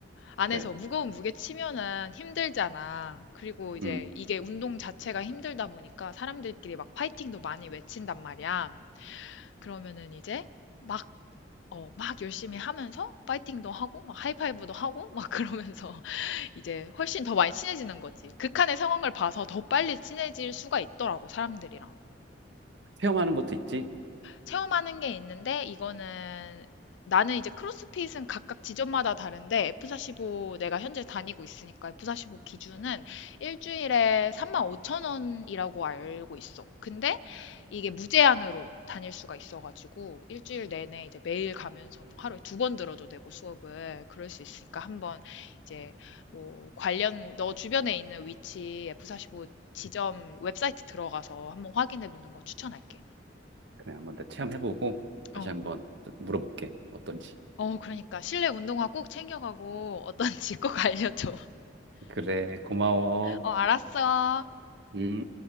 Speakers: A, on the left (about 75°); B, on the right (about 65°).
A: 안에서
B: 그래.
A: 무거운 무게 치면은 힘들잖아. 그리고 이제
B: 음.
A: 이게 운동 자체가 힘들다 보니까 사람들끼리 막 파이팅도 많이 외친단 말이야. 그러면은 이제 막, 어, 막 열심히 하면서 파이팅도 하고, 막 하이파이브도 하고, 막 그러면서 <laughs> 이제 훨씬 더 많이 친해지는 거지. 극한의 상황을 봐서 더 빨리 친해질 수가 있더라고, 사람들이랑.
B: 체험하는 것도 있지?
A: 체험하는 게 있는데 이거는 나는 이제 크로스핏은 각각 지점마다 다른데 F45 내가 현재 다니고 있으니까 F45 기준은 일주일에 35,000원이라고 알고 있어. 근데 이게 무제한으로 다닐 수가 있어가지고 일주일 내내 이제 매일 가면서 뭐 하루에 두 번 들어도 되고 수업을 그럴 수 있으니까 한번 이제 뭐 관련 너 주변에 있는 위치 F45 지점 웹사이트 들어가서 한번 확인해 보는 거 추천할게.
B: 그래, 한번 더 체험해보고 다시
A: 어,
B: 한번 물어볼게. 어떤지.
A: 어, 그러니까 실내 운동화 꼭 챙겨가고 어떤지 꼭 알려줘.
B: 그래, 고마워.
A: <laughs> 어, 알았어.
B: 음.